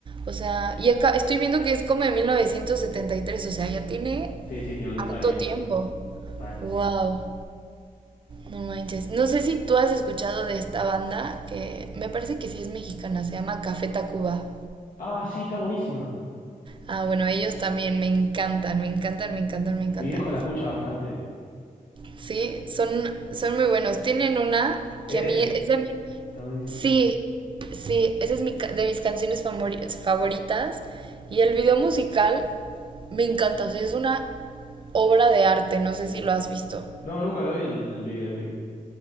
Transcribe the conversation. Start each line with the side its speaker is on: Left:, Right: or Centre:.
Right: O sea, y acá estoy viendo que es como de 1973, o sea, ya tiene
Left: Sí, sí, tiene unos
Right: harto
Left: años.
Right: tiempo.
Left: Mal.
Right: Wow. No manches. No sé si tú has escuchado de esta banda que me parece que sí es mexicana, se llama Café Tacuba.
Left: Ah, sí, está buenísima.
Right: Ah, bueno, ellos también me encantan, me encantan, me encantan, me encantan.
Left: Mi viejo la escucha bastante.
Right: Sí, son, son muy buenos. Tienen una
Left: Eres.
Right: que a mí es de mi...
Left: Está buenísima.
Right: Sí, sí, esa es mi, ca- de mis canciones famori- favoritas. Y el video musical me encanta, o sea, es una obra de arte, no sé si lo has visto.
Left: No, nunca lo vi el, el videoclip.